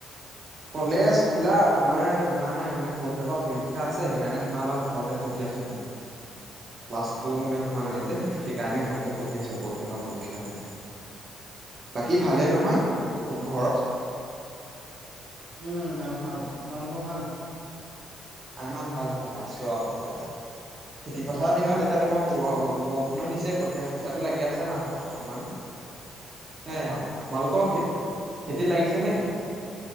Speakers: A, on the right; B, on the right.
A: কলেজ খোলা তোমাৰ যোৱা নাই মানে পৰখিলে পৰা পৰীক্ষা আছে সেইকাৰণে তোমাৰ অলপ ঘৰতে পঢ়ি আছো মানে। ক্লাছ
B: অ
A: টো ইমান হোৱা নাই যে। সেইকাৰণে ঘৰতে পঢ়ি আছো পৰা পৰীক্ষাৰ কাৰণে। বাকী
B: অ
A: ভালে নহয়। ঘৰত।
B: উম ভাল-ভাল তোমালোকেও ভাল।
A: আনা ভাল-ভাল আছোঁ আৰু । খেতি পথাৰৰ
B: অ
A: দিনত এতিয়া তোমাৰ । দিছে কঠীয়া-চঠীয়াটো লাগি আছে মাহঁত অকমান। সেয়া
B: অ
A: তোমালোকৰ । খেতি লাগিছে নেকি।